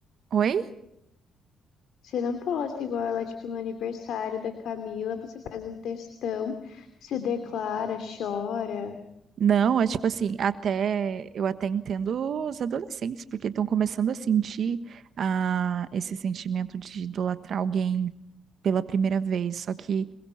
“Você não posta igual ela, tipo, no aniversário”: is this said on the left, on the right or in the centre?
Left